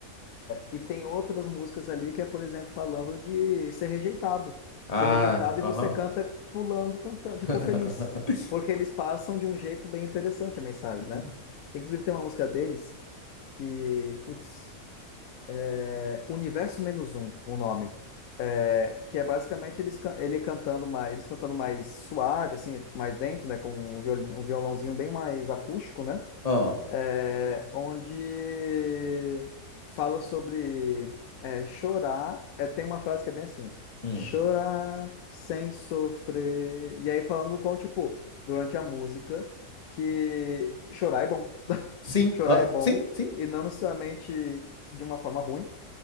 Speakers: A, on the left (about 75°); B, on the left (about 25°).
A: E tem outras músicas ali que é, por exemplo, falando de ser rejeitado.
B: Ah,
A: Ser rejeitado
B: aham.
A: e você canta pulando, cantando, tipo,
B: <laughs>
A: feliz. Porque eles passam de um jeito bem interessante a mensagem,
B: Uhum.
A: né? Tem, inclusive, tem uma música deles que, putz, é Universo Menos Um, o nome. É, que é basicamente eles, can- ele cantando mais, eles cantando mais suave, assim, mais dentro, né? Com um viol- um violãozinho bem mais acústico, né?
B: Ah.
A: é, onde fala sobre é, chorar. É, tem uma frase que é bem assim:
B: hum.
A: chorar sem sofrer. E aí falando com, tipo, durante a música, que chorar é bom.
B: Sim,
A: Chorar
B: ah,
A: é bom,
B: sim, sim.
A: e não necessariamente de uma forma ruim.